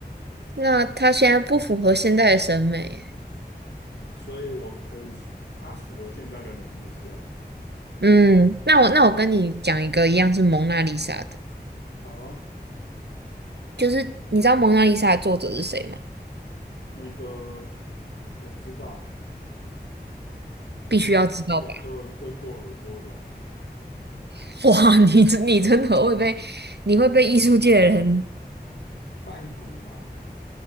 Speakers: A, on the right; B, on the left.
A: 那他现在不符合现代的审美耶
B: 所以我可以说，他符合现在的冷知识啊。
A: 嗯，那我那我跟你讲一个一样是蒙娜丽莎的，
B: 好啊，
A: 就是你知道蒙娜丽莎的作者是谁吗？
B: 那个我知道，那个有个割过耳朵的
A: 必须要知道吧？<laughs> 哇，你真你真的会被你会被艺术界的人
B: 梵谷吗？